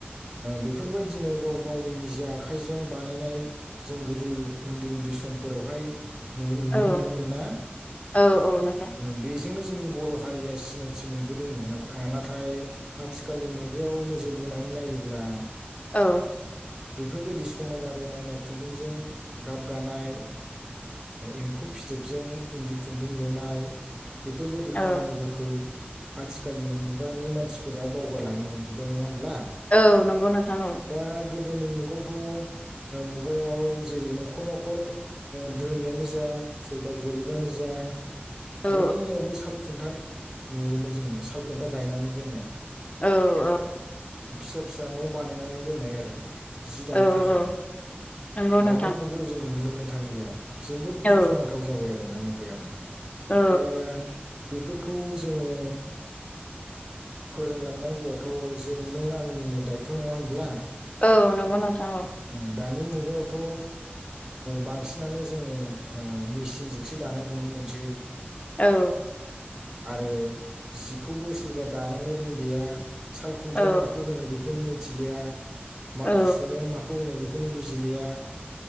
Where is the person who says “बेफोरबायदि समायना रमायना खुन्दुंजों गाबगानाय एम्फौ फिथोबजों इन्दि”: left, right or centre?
Right